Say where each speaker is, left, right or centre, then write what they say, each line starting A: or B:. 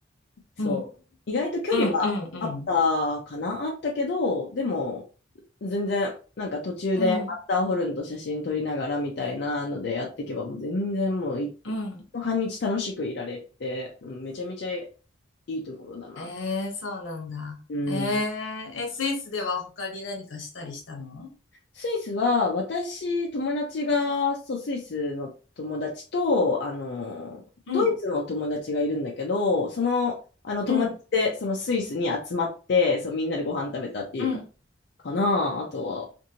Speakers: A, on the left (about 60°); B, on the left (about 80°).
A: そう。
B: うん、
A: 意外と距離はあったかなあったけど、
B: うん、うん、うん、
A: でも、全然、なんか途中でマッターホルンと写真撮りながらみたいなのでやっていけば、
B: うん、
A: もう全然もうい、
B: うん。
A: 半日楽しくいられて、うんめちゃめちゃいいところだな。
B: ええそうなんだ。
A: うん。
B: えええ、スイスでは他に何かしたりしたの
A: スイスは、私、友達が、そう、スイスの友達と、あの、
B: うん、
A: ドイツの友達がいるんだけど、その、あの友達で、
B: うん、
A: そのスイスに集まって、そう、みんなでご飯食べたっていう
B: うん。
A: かな、あとは。